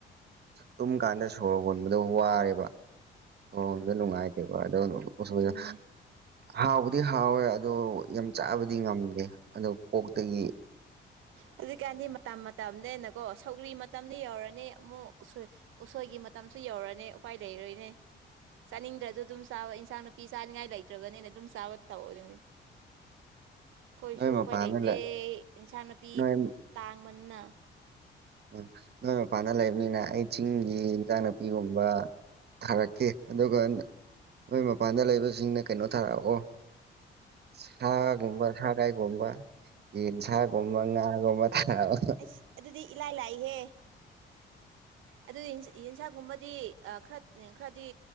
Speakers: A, on the right; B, on the right.
A: ꯇꯨꯝ ꯀꯥꯟꯗ ꯁꯣꯔ ꯍꯣꯟꯕꯗꯣ ꯋꯥꯔꯦꯕ ꯁꯣꯝꯗ
B: ꯎꯝ
A: ꯅꯨꯡꯉꯥꯏꯇꯦꯕ ꯑꯗꯨꯏꯗ
B: ꯑꯗꯨꯅꯦ
A: ꯍꯥꯎꯕꯗꯤ ꯍꯥꯎꯋꯦ ꯑꯗꯣ ꯌꯥꯝ ꯆꯥꯕꯗꯤ ꯉꯝꯗꯦ ꯑꯗꯣ ꯀꯣꯛꯇꯒꯤ
B: ꯍꯧꯖꯤꯛꯀꯥꯟꯗꯤ ꯃꯇꯝ ꯃꯇꯝꯅꯦꯅꯀꯣ ꯁꯧꯒꯔꯤ ꯃꯇꯝꯗꯤ ꯌꯧꯔꯅꯤ ꯑꯃꯨꯛꯣꯏ ꯎꯁꯣꯏꯒꯤ ꯃꯇꯝꯁꯨ ꯌꯧꯔꯛꯑꯥꯅꯤ ꯎꯄꯥꯏ ꯂꯩꯔꯣꯏꯅꯦ ꯆꯥꯅꯤꯡꯗ꯭ꯔꯁꯨ ꯑꯗꯨꯝ ꯆꯥꯕ ꯏꯟꯁꯥꯡ ꯅꯨꯄꯤ ꯆꯥꯅꯤꯡꯉꯥꯏ ꯂꯩꯇ꯭ꯔꯕꯅꯤꯅ ꯑꯗꯨꯝ ꯆꯥꯕ ꯇꯧꯑꯣ ꯑꯗꯨꯅꯤ ꯑꯩꯈꯣꯏꯁꯨ
A: ꯅꯣꯏ ꯃꯄꯥꯟꯗ
B: ꯎꯐꯩ ꯂꯩꯇꯦ
A: ꯂꯩ
B: ꯏꯟꯁꯥꯡ ꯅꯥꯄꯤ
A: ꯅꯣꯏ
B: ꯇꯥꯡꯕꯅ
A: ꯎꯝ ꯅꯣꯏ ꯃꯄꯥꯟꯗ ꯂꯩꯕꯅꯤꯅ ꯑꯩ ꯆꯤꯡꯒꯤ ꯏꯟꯖꯥꯡ ꯅꯥꯄꯤꯒꯨꯝꯕ ꯊꯥꯔꯛꯀꯦ ꯑꯗꯨꯒ ꯅꯣꯏ ꯃꯄꯥꯟꯗ ꯂꯩꯕꯁꯤꯡꯅ ꯀꯩꯅꯣ ꯊꯥꯔꯛꯑꯣ ꯁꯥꯒꯨꯝꯕ ꯁꯒꯥꯏꯒꯨꯝꯕ ꯌꯦꯟꯁꯥꯒꯨꯝꯕ ꯉꯥꯒꯨꯝꯕ ꯊꯥꯒꯠꯂꯕ
B: ꯑꯁ ꯑꯗꯨꯗꯤ ꯏꯂꯥꯏ ꯂꯥꯏꯍꯦ ꯑꯗꯨ ꯌꯦꯟ ꯌꯦꯟꯁꯥꯡꯒꯨꯝꯕꯗꯤ ꯑ ꯈꯔ ꯈꯔꯗꯤ